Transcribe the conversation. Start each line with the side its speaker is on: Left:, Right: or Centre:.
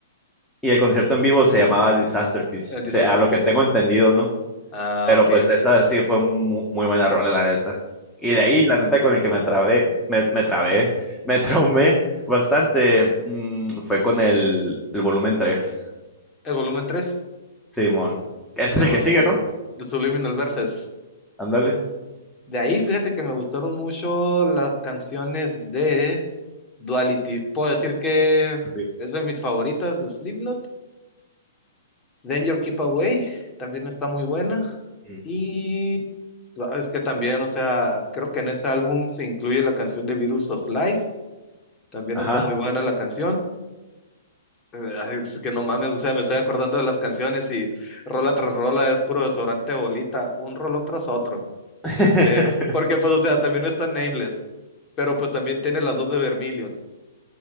Centre: y el concierto en vivo se
Left: sí,
Centre: llamaba Disaster Piece,
Left: el
Centre: se-
Left: Disaster
Centre: a lo
Left: Piece.
Centre: que tengo entendido, ¿no?
Left: Ah,
Centre: Pero
Left: ok,
Centre: pues
Left: ok.
Centre: esa sí fue mu- muy, buena rola, la neta. Y
Left: Sí,
Centre: de ahí, la neta, con el que me trabé, me, me trabé, <laughs> me traumé bastante, mm, fue con el, el volumen 3,
Left: el volumen tres
Centre: Simón. Ese
Left: sí,
Centre: es el
Left: bueno,
Centre: que sigue,
Left: eh,
Centre: ¿no?
Left: The Subliminal Verses.
Centre: Ándale.
Left: De ahí, fíjate que me gustaron mucho las canciones de Duality. Puedo decir que
Centre: pues Sí.
Left: es de mis favoritas de Slipknot Danger Keep Away también está muy buena.
Centre: Mm.
Left: Y la- es que también, o sea, creo que en ese álbum se incluye la canción de Virus of Life. También
Centre: Ajá.
Left: está muy buena la canción. Eh, ay, Es que no mames, o sea, me estoy acordando de las canciones y rola tras rola es puro desodorante de bolita, un rolón tras otro.
Centre: <laughs>
Left: Eh, porque, pues, o sea, también está Nameless, pero pues también tiene las dos de Vermilion.